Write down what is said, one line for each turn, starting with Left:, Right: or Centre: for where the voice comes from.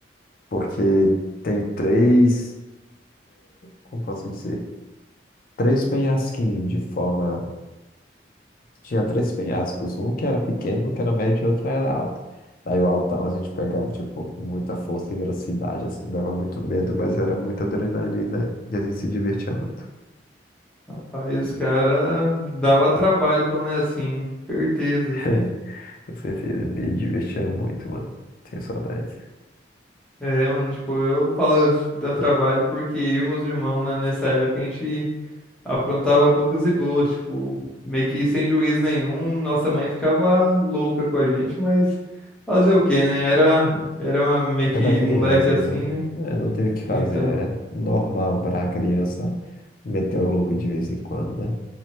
Left: porque tem três, como posso dizer? Três penhasquinhos de forma Tinha três penhascos, um que era pequeno, um que era médio e outro era alto. Daí o altão a gente pegava, tipo, muita força e velocidade, assim, dava muito medo, mas era muita adrenalina e a gente se divertia muito.
Centre: Rapaz, os cara, dava trabalho quando é assim, certeza.
Left: <laughs> Com certeza, me divertia muito, mano. Tenho saudades.
Centre: É, mano, tipo, eu falo, tipo, dá trabalho porque eu e meus irmãos, né, nessa época, a gente Aprontava poucas e boas, tipo, meio que sem juízo nenhum. Nossa mãe ficava louca com a gente, mas fazer o quê, né? Era, era meio que
Left: Era criança,
Centre: moleque assim,
Left: né?
Centre: né?
Left: É, não teve o que fazer.
Centre: Então,
Left: É normal para a criança meter o louco de vez em quando, né?